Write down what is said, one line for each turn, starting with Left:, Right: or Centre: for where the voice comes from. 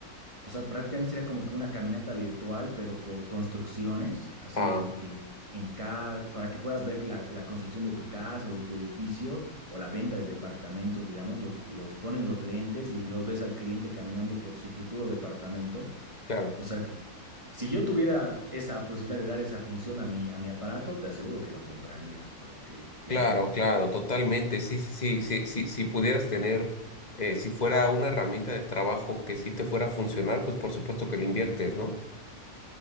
Right: O sea, prácticamente sería como que una caminata virtual, pero por construcciones, así
Left: Ah,
Right: como que en, en cada, para que puedas ver la, la construcción de tu casa o de tu edificio o la venta de departamentos, digamos, los, los ponen los lentes y los ves al cliente caminando por su futuro departamento.
Left: claro.
Right: O sea, que si yo tuviera esa posibilidad de dar esa función a mi, a mi aparato, te aseguro que lo compraría, así como que, ya,
Left: Claro,
Right: bueno,
Left: claro, totalmente. Sí, sí, sí, sí, sí, si pudieras tener, eh, si fuera una herramienta de trabajo que sí te fuera a funcionar, pues por supuesto que le inviertes, ¿no?